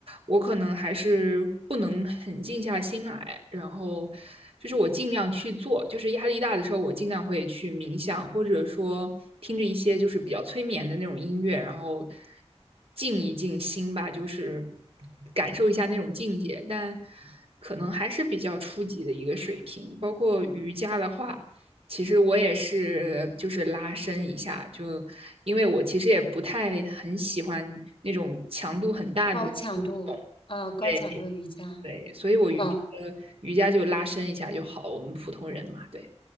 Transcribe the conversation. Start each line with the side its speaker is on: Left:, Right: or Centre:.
Right: 我可能还是不能很静下心来，然后就是我尽量去做，就是压力大的时候，我尽量会去冥想，或者说听着一些就是比较催眠的那种音乐，然后静一静心吧，就是感受一下那种境界，但可能还是比较初级的一个水平，包括瑜伽的话。其实我也是，就是拉伸一下，就因为我其实也不太很喜欢那种强度很大的那种
Left: 高强度啊，高强度的瑜伽，
Right: 对对，所以我瑜呃瑜伽就拉伸一下就好，
Left: 嗯。
Right: 我们普通人嘛，对，